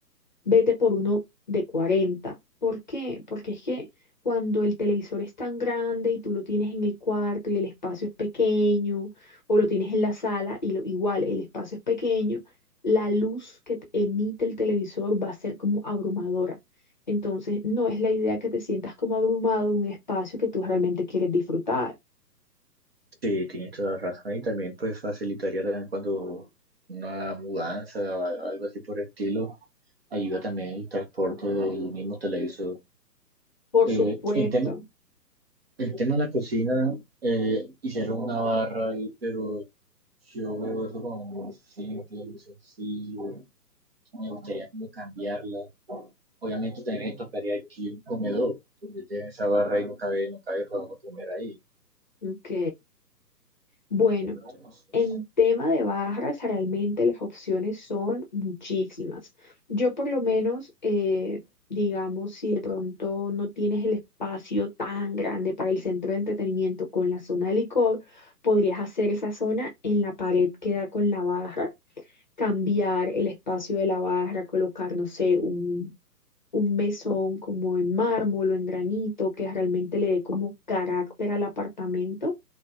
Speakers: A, on the left; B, on the right.
A: vete por uno de 40. ¿Por qué? Porque es que cuando el televisor es tan grande y tú lo tienes en el cuarto y el espacio es pequeño, o lo tienes en la sala y lo- igual el espacio es pequeño, la luz que te emite el televisor va a ser como abrumadora. Entonces, no es la idea que te sientas como abrumado en un espacio que tú realmente quieres disfrutar.
B: Sí, tienes toda la razón. Y también pues facilitaría también cuando una mudanza o algo así por el estilo. Ayuda también el transporte del mismo televisor.
A: Por
B: Eh,
A: supuesto.
B: en tema, en tema de la cocina, eh, hicieron una barra ahí, pero Yo veo eso como muy simple, muy sencillo. Me gustaría como cambiarla. Obviamente también me tocaría aquí un comedor, porque tiene esa barra y no cabe, no cabe para uno comer ahí.
A: Ok. Bueno,
B: Entonces,
A: en tema de barras, realmente las opciones son muchísimas. Yo por lo menos, eh, digamos, si de pronto no tienes el espacio tan grande para el centro de entretenimiento con la zona de licor, podrías hacer esa zona en la pared que da con la barra cambiar el espacio de la barra, colocar, no sé, un, un mesón como en mármol o en granito que realmente le dé como carácter al apartamento.